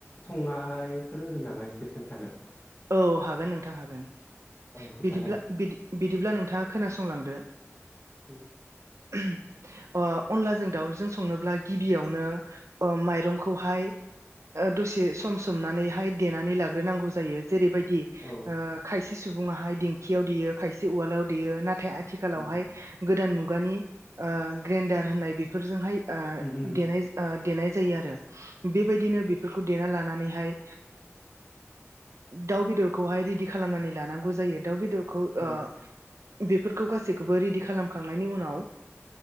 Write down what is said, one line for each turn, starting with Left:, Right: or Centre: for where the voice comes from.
Left: संनायखौ रोंगोन नामा एसे खोन्थानो
Right: औ हागोन नोंथां हागोन
Left: औ खोन्थालाय
Right: बिदिब्ला बि-बिदिब्ला नोंथाङा खोनासंलांदो
Left: औ
Right: <unintelligible> ओ अनलाजों दाउरजों संनोब्ला गिबियावनो माइरंखौहाय दसे सम सोमनानैहाय देनानै लाग्रोनांगौ जायो जेरैबायदि
Left: औ
Right: खायसे सुबङाहाय दिंखियाव देयो खायसे उवालाव देयो नाथाय नाथाय आथिखालावहाय
Left: उम
Right: गोदान मुगानि ग्रेन्डार होननाय बेफोरजोंहाय ओ
Left: उम उम
Right: देनाय ओ ओ देनाय जायो आरो बेबायदिनो बेफोरखौ देना लानानैहाय दाउ बेदरखौहाय रेडि खालामनानै लानांगौ जायो दाउ बेदरखौ ओ
Left: उम
Right: बेफोरखौ गासैखौबो रेडि खालामखांनायनि उनाव